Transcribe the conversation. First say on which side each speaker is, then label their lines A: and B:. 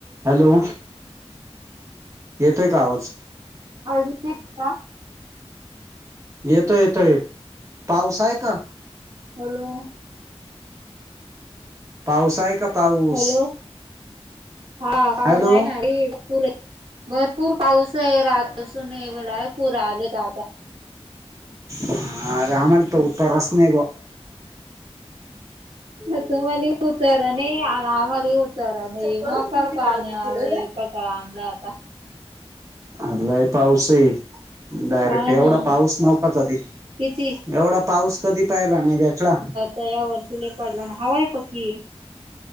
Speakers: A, on the right; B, on the right.
A: Hello. येतोय का आवाज?
B: आवाज येत नाही का?
A: येतोय -येतोय पाऊस आहे का?
B: हॅलो.
A: पाऊस आहे का? पाऊस
B: हॅलो हा पाऊस
A: हॅलो
B: आहे ना भरपूर भरपूर पाऊस आहे रातपासून आहे डायरेक्ट पूर आलेत आता.
A: हा आम्हाला त उत्तरच नाही बा.
B: तस म्हणी उतारा नाही आम्हाला उ तरा नाही
A: चप्पल
B: मोकार
A: मी तिकडं
B: पाणी
A: गेले
B: आलं कटळा आणला आता.
A: आज लय पाऊस ये. डायरेक्ट
B: हा ना
A: एवढा पाऊस नव्हता कधी
B: किती
A: एवढा पाऊस कधी पहिला नाही भेटला.
B: त यावर्षी लई पडला आण हवा आहे पकी.